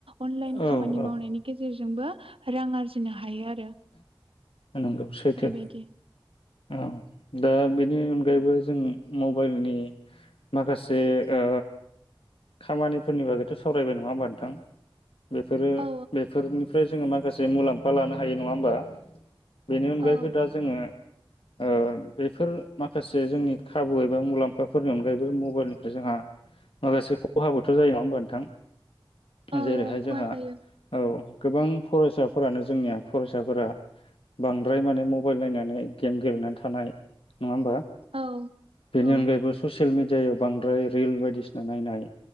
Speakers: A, on the right; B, on the left.
A: अनलाइन
B: औ
A: खामानि
B: औ
A: मावनायनि गेजेर जोंबो रां आरजिनो हायो आ
B: नंगौ सैथो।
A: बेबायदि
B: औ दा बिनि अनगायैबो जों मबाइलनि माखासे ओ खामानिफोरनि बागैथ' सावरायबाय नङा होमबा नोंथां? बेफोरो
A: औ
B: बेफोरनिफ्राय जोङो माखासे मुलाम्फा लानो हायो नङा होमबा? बेनि अनगायैबो
A: औ
B: दा जोङो ओ बेफोर माखासे जोंनि खाबु एबा मुलाम्फाफोरनि अनगायैबो मबाइलनिफ्राय जोंहा माखासे खहाबोथ जायो नङा होमबा नोंथां?
A: औ
B: जेरैहाय
A: औ खहा
B: जोंहा
A: जायो
B: औ। गोबां फरायसाफोरानो जोंनिया फरायसाफोरा बांद्राय माने मबाइल नायनानै गेम गेलेनानै थानाय नङा होमबा
A: औ
B: बेनि
A: औ
B: अनगायैबो ससियेल मि जायाव बांद्राय रिल बायदिसिना नायनाय।